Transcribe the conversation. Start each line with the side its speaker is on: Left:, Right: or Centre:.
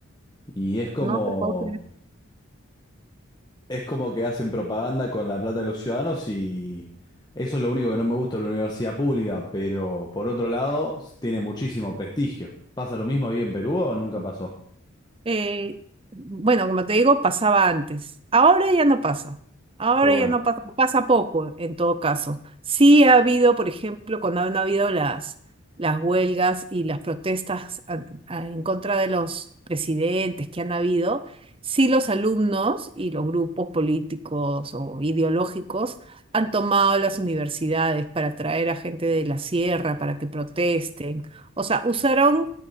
Left: Y es como,
Right: no te puedo
Left: es como que hacen propaganda con la plata de los ciudadanos y eso es lo único que no me gusta de la universidad pública, pero por otro lado, s- tiene muchísimo prestigio. ¿Pasa lo mismo ahí en Perú o nunca pasó?
Right: Eh, bueno, como te digo, pasaba antes. Ahora ya no pasa. Ahora
Left: Qué bueno.
Right: ya no pasa. Pasa poco, en todo caso. Sí ha habido, por ejemplo, cuando han habido las, las huelgas y las protestas a- a- en contra de los presidentes que han habido, sí los alumnos y los grupos políticos o ideológicos han tomado las universidades para traer a gente de la sierra para que protesten. O sea, usaron